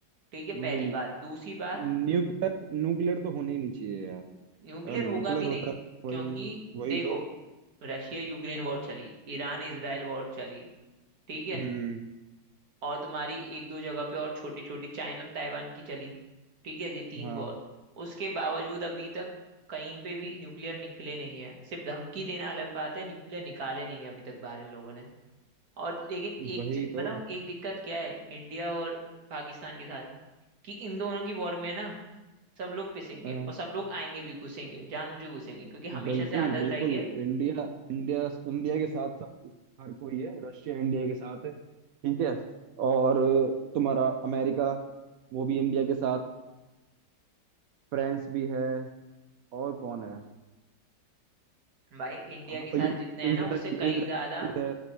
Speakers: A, on the right (about 55°); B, on the right (about 70°).
A: ठीक है
B: वही
A: पहली बात दूसरी बात
B: न्यूक्लियर न्यूक्लियर तो होना ही नहीं चाहिए यार
A: न्यूक्लियर
B: अगर न्यूक्लियर
A: होगा भी
B: होता
A: नहीं
B: वही
A: क्योंकि
B: वही
A: देखो
B: तो
A: रशिया यूक्रेन वॉर चली ईरान इसराइल वॉर चली ठीक है
B: हम्म
A: और तुम्हारी एक दो जगह पे और छोटी छोटी चाइना ताइवान की चली ठीक है ये तीन
B: हाँ
A: वॉर उसके बावजूद अभी तक कहीं पे भी न्यूक्लियर निकले नहीं है सिर्फ धमकी देना अलग बात है न्यूक्लियर निकाले नहीं है अभी तक बाहर इन लोगों ने और लेकिन एक
B: वही
A: च- बताऊं
B: तो
A: एक दिक्कत क्या है इंडिया और पाकिस्तान के साथ कि इन दोनों की वॉर में ना सब लोग पिसेंगे
B: हाँ,
A: और सब लोग आएंगे भी घुसेंगे जानबूझ के घुसेंगे क्योंकि हमेशा
B: बिल्कुल
A: से आदत
B: बिल्कुल
A: रही है
B: इंडिया इंडिया इंडिया के साथ सब हर कोई है रशिया इंडिया के साथ है ठीक है और तुम्हारा अमेरिका वो भी इंडिया के साथ फ्रांस भी है और कौन है
A: भाई इंडिया
B: हाँ,
A: के साथ
B: यु-
A: जितने हैं
B: इजराइल
A: ना उससे कहीं
B: इजराइल
A: ज्यादा
B: भी है